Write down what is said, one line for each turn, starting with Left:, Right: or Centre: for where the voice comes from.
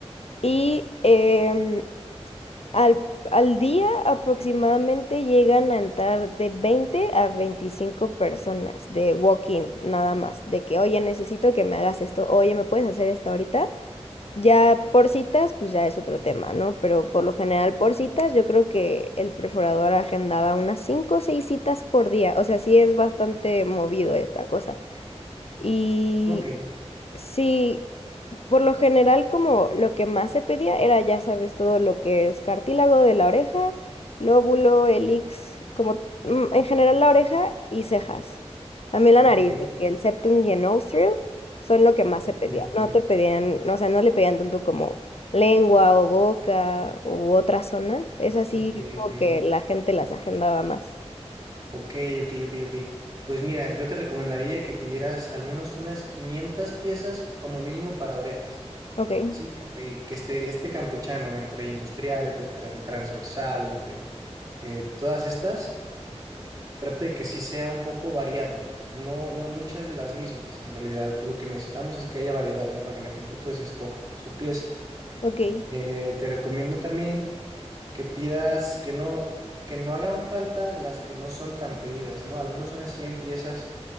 Left: Y em, al, al día aproximadamente llegan a entrar de 20 a 25 personas de walk-in, nada más. De que, oye, necesito que me hagas esto, oye, ¿me puedes hacer esto ahorita? Ya por citas, pues ya es otro tema, ¿no? Pero por lo general por citas, yo creo que el perforador agendaba unas cinco o seis citas por día. O sea, sí es bastante movido esta cosa. Y
Right: Ok,
Left: sí, por lo general, como lo que más se pedía era, ya sabes, todo lo que es cartílago de la oreja, lóbulo, elix, como mm, en general la oreja y cejas. También la
Right: ok,
Left: nariz, porque el septum y el nostril son lo que más se
Right: ok,
Left: pedía.
Right: ok,
Left: No te pedían, no, o sea, no le pedían tanto como lengua o boca u otra zona. Es así
Right: ok,
Left: como
Right: ok.
Left: que la gente las agendaba más.
Right: Ok, ok, ok, ok. Pues mira, yo te recomendaría que pidieras al menos unas 500 piezas como mínimo para orejas.
Left: Ok,
Right: Sí, ca- eh, que esté este campechano entre industrial, entre tran- transversal, entre eh, todas estas, trate de que sí sea un poco variado. No, no muchas de las mismas. En realidad, lo que necesitamos es que haya variedad, ¿no? Para que la gente pues escoja su pieza.
Left: ok,
Right: Eh, te recomiendo también que pidas que no, que no hagan falta las que no son tan pedidas, ¿no? Al menos unas 100 piezas